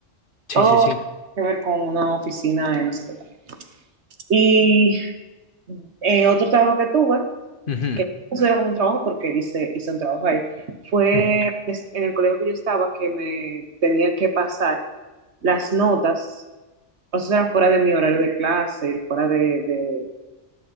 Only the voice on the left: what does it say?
Sí,
sí, sí.
Ujú,
ujú,